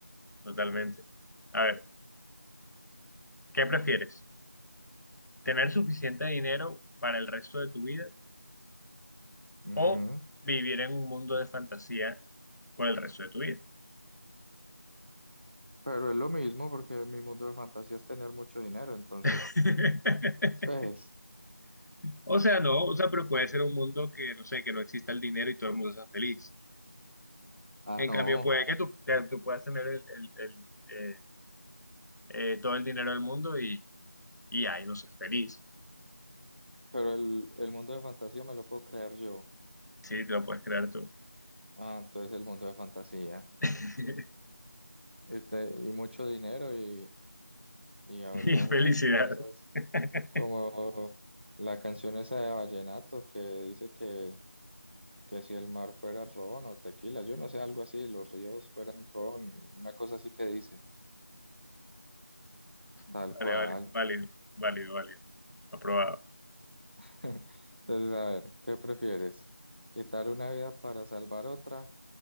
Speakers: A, on the left; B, on the right.
A: totalmente. A ver, ¿qué prefieres? ¿Tener suficiente dinero para el resto de tu vida
B: Ujú.
A: o vivir en un mundo de fantasía por el resto de tu vida?
B: Pero es lo mismo porque mi mundo de fantasía es tener mucho dinero, entonces
A: <laughs>
B: pues,
A: O sea, no, o sea, pero puede ser un mundo que, no sé, que no exista el dinero y todo el mundo sea feliz.
B: ah,
A: En
B: no,
A: cambio, puede que tú, que tú puedas tener el, el- el, eh, eh, todo el dinero del mundo y, y ahí no seas feliz.
B: pero el, el mundo de fantasía me lo puedo crear yo.
A: Sí, te lo puedes crear tú.
B: Ah, entonces el mundo de fantasía.
A: <laughs>
B: Y, te- y mucho dinero y, y habría
A: Y felicidad.
B: muchas cosas.
A: <laughs>
B: Como la canción esa de Vallenato que dice que, que si el mar fuera ron o tequila, yo no sé, algo así, los ríos fueran ron, una cosa así que dice, tal
A: Vale,
B: cual.
A: vale, válido, válido, válido. Aprobado.
B: <laughs> Entonces, a ver, ¿qué prefieres? ¿Quitar una vida para salvar otra